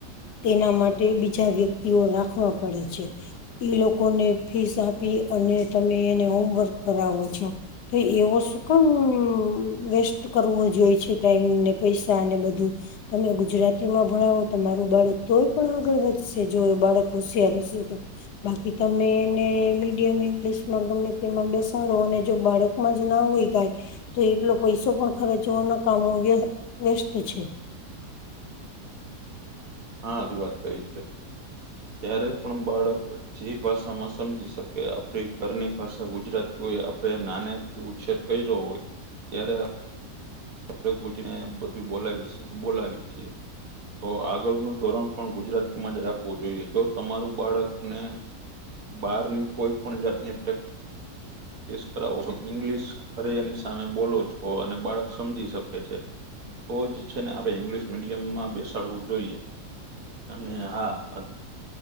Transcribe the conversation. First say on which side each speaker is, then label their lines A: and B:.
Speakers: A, on the left; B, on the right.
A: તેના માટે બીજા વ્યક્તિઓ રાખવા પડે છે. ઈ લોકોને ફીસ આપીએ અને તમને એને હોમવર્ક કરાવો છો. તો એવો શું કમ વેસ્ટ કરવો જોઈ છે ટાઈમ ને પૈસા ને બધું. તમે ગુજરાતી માં ભણાવો તમારું બાળક તોય પણ આગળ વધશે જો એ બાળક હોશિયાર હશે તો. બાકી તમે એને મીડિયમ ઇંગ્લિશમાં ગમે તેમાં બેસાડો અને જો બાળક મજ ના હોય કાય તો એટલો પૈસો પણ ખરચવો નકામો વ્ય વ્યસ્ત છે.
B: હા રી વાત કઈ છે.
A: <inaudible>
B: જયારે પણ બાળક જે ભાષામાં સમજી શકે આપણી ઘરની ભાષા ગુજરાત કોઇએ આપડે નાને થી ઉછેર કર્યો હોય ત્યારે આ <unintelligible> બધું બોલાવી સ બોલાવી છીએ. તો આગળનું ધોરણ પણ ગુજરાતીમાં જ રાખવું જોઈએ જો તમારું બાળકને બહારની કોઈ પણ જાતની પ્રે ક્ટિસ કરાવો છો ઇંગ્લિશ ઘરે એની સામે બોલો છો અને બાળક સમજી શકે છે તો જ છે ને આપડે ઈંગ્લિશ મીડિયમમાં બેસાડવું જોઈએ. અને હા અ